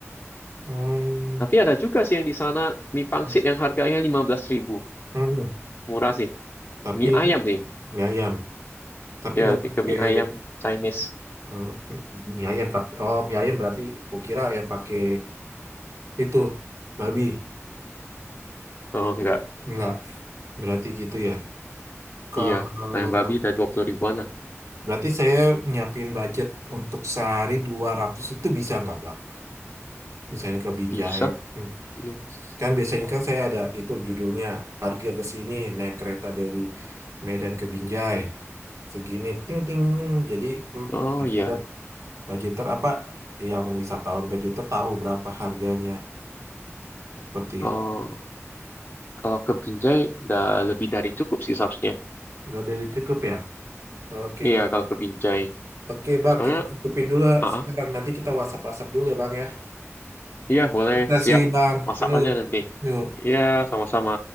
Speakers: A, on the right; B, on the left.
A: Hmm.
B: tapi ada juga sih yang di sana mie pangsit
A: hmm.
B: yang harganya 15 ribu.
A: hmm.
B: Murah sih.
A: Tapi
B: Mie ayam sih.
A: mie ayam. Tapi
B: Ya,
A: nggak
B: lebih
A: pakai
B: ke mie ayam Chinese.
A: Eh, mie ayam tapi oh mie ayam berarti aku kira ya pakai itu babi
B: Oh, enggak.
A: enggak berarti gitu ya kalau
B: Iya, ayam babi udah 20 ribuan lah.
A: berarti saya nyiapin budget untuk sehari 200 itu bisa nggak Bang misalnya ke Binjai
B: Bisa.
A: hmm.
B: Hmm.
A: kan biasanya kan saya ada itu judulnya harga ke sini naik kereta dari Medan ke Binjai segini ting ting jadi mm,
B: Oh,
A: budgeter
B: iya.
A: budgeter apa yang wisatawan budgeter tahu berapa harganya seperti
B: Oh,
A: itu
B: kalau ke Binjai udah lebih dari cukup sih seharusnya.
A: Udah dari cukup ya? Oke.
B: Iya, kalau ke Binjai.
A: Oke, Bang,
B: Soalnya,
A: kita cukupin dulu ya
B: AA
A: sekarang. Nanti kita WhatsApp-WhatsApp dulu ya, Bang ya.
B: Iya, boleh.
A: Terima kasih,
B: Siap.
A: Bang.
B: masak
A: Yuk,
B: aja nanti.
A: yuk.
B: Iya, sama-sama.